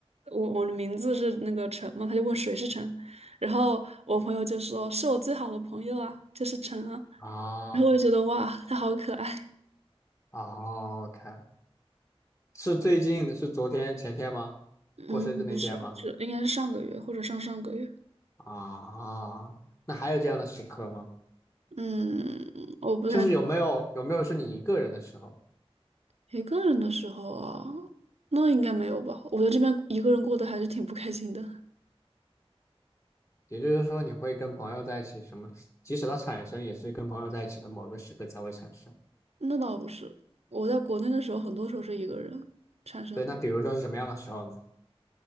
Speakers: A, on the right; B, on the left.
A: 我我的名字是那个陈嘛，他就问谁是陈，然后我朋友就说是我最好的朋友啊，就是陈啊，
B: 啊
A: 然后我就觉得哇，他好可爱。
B: 啊！OK，是最近是昨天前天吗？
A: 嗯，
B: 过生日那一天吗？
A: 不是，不是应该是上个月或者上上个月。
B: 啊，那还有这样的时刻吗？
A: 嗯，我不太
B: 就是有没有有没有是你一个人的时候，
A: 一个人的时候啊，那应该没有吧？我在这边一个人过得还是挺不开心的。
B: 也就是说你会跟朋友在一起什么，即使它产生也是跟朋友在一起的某个时刻才会产生。
A: 那倒不是，我在国内的时候，很多时候是一个人产生。
B: 对，那比如说是什么样的时候呢？